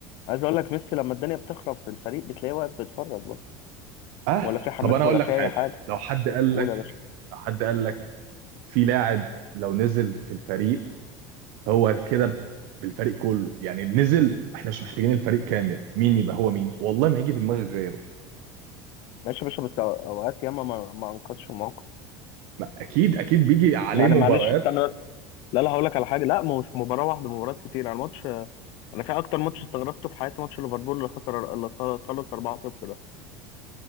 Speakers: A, on the left; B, on the right.
A: عايز اقول لك ميسي لما الدنيا بتخرب في الفريق بتلاقيه واقف بيتفرج برضه.
B: اه
A: ولا في حماس
B: طب انا اقول
A: ولا
B: لك
A: في
B: حاجه
A: اي حاجه
B: لو حد قال
A: قول
B: لك
A: يا باشا
B: لو حد قال لك في لاعب لو نزل في الفريق هو كده بالفريق كله يعني نزل احنا مش محتاجين الفريق كامل مين يبقى هو مين والله ما هيجي في دماغك غيره
A: ماشي يا باشا بس أو- اوقات ياما ما ما انقذش الموقف
B: ما اكيد اكيد بيجي عليه
A: يعني معلش
B: مباريات
A: استنى بس لا لا هقول لك على حاجه لا ما هو مش مباراه واحده مباريات كتير يعني ماتش انا في اكتر ماتش استغربته في حياتي ماتش ليفربول اللي خسر اللي خ- خلص 4-0 ده